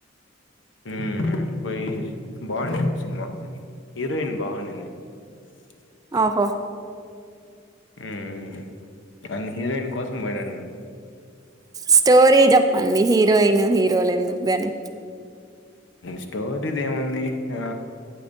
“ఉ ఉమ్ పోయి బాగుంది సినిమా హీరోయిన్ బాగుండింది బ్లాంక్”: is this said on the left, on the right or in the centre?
Left